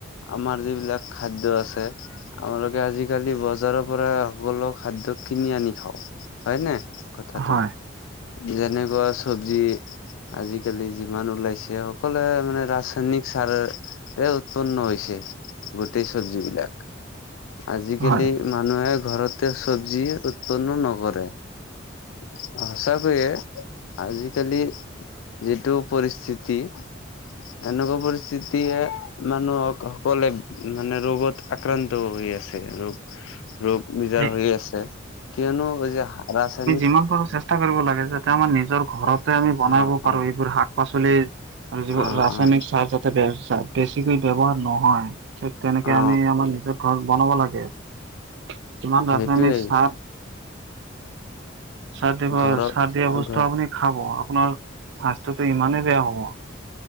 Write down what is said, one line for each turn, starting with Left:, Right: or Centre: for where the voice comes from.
Left: আমাৰ যিবিলাক খাদ্য আছে। আমালোকে আজিকালি বজাৰৰ পৰা সকলো খাদ্য কিনি আনি খাও হয়নে? কথাটো
Right: হয়
Left: যেনেকুৱা চব্জি আজিকালি যিমান ওলাইছে, সকলোৱে মানে ৰাসায়নিক সাৰ তাই উৎপন্ন হৈছে। গোটেই চবজিবিলাক আজিকালি
Right: হয়
Left: মানুহে ঘৰতে চব্জি উৎপন্ন নকৰে। সঁচাকৈয়ে আজিকালি যিটো পৰিস্থিতি এনেকুৱা পৰিস্থিতিয়ে মানুহক সকলে মানে ৰোগত আক্ৰান্ত হৈ আছে। ৰোগ ৰোগ নিজাৰ
Right: এই
Left: হৈ আছে। কিয়নো যে ৰাসায়নিক
Right: ইমান বাৰো চেষ্টা কৰিব লাগে। যাতে আমাৰ নিজৰ ঘৰত আমি বনাব
Left: অ
Right: পাৰো।
Left: অ
Right: এইবোৰ শাক পাচলি আৰু যোৰ
Left: অ
Right: ৰাসায়নিক
Left: অ
Right: চাৰ যাতে ব, বেছিকৈ ব ব্যৱহাৰ নহয়। তেনেকে
Left: অ
Right: আমি আমাৰ নিজৰ ঘৰত বনাব লাগে। যিমান ৰাসায়নিক
Left: সেইটোৱেই
Right: চাহ চাৰ দিব
Left: ঘৰত
Right: চাৰ দিয়া বস্তু
Left: ঘৰ
Right: আপুনি খাব আপোনাৰ স্বাস্থয়টো ইমানেই বেয়া হ'ব।